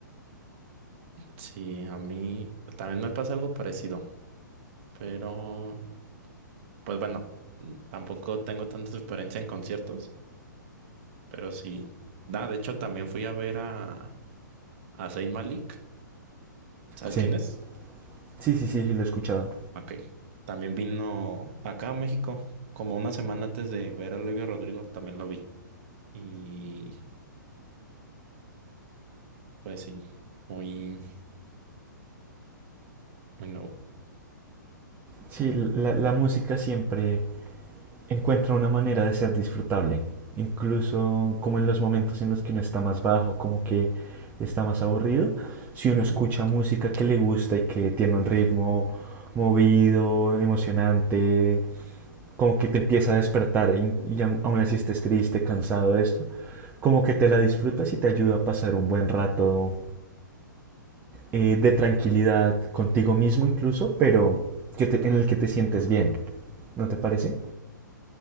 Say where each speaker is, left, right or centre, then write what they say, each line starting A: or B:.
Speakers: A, on the right (about 40°); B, on the right (about 15°).
A: Sí, a mí también me pasa algo parecido, pero pues bueno, mm, tampoco tengo tanta experiencia en conciertos, pero sí. Ah, de hecho, también fui a ver a, a Zayn Malik. ¿Sabes
B: Sí,
A: quién es?
B: sí, sí, sí, sí, lo he escuchado.
A: Ok. También vino acá a México, como una semana antes de ver a Olivia Rodrigo, también lo vi. Y pues sí, muy, muy
B: Sí, la, la música siempre encuentra una manera de ser disfrutable, incluso como en los momentos en los que uno está más bajo, como que está más aburrido, si
A: nuevo.
B: uno escucha música que le gusta y que tiene un ritmo movido, emocionante, como que te empieza a despertar y, y aún así estés triste, cansado de esto, como que te la disfrutas y te ayuda a pasar un buen rato eh, de tranquilidad contigo mismo incluso, pero que te- en el que te sientes bien, ¿no te parece?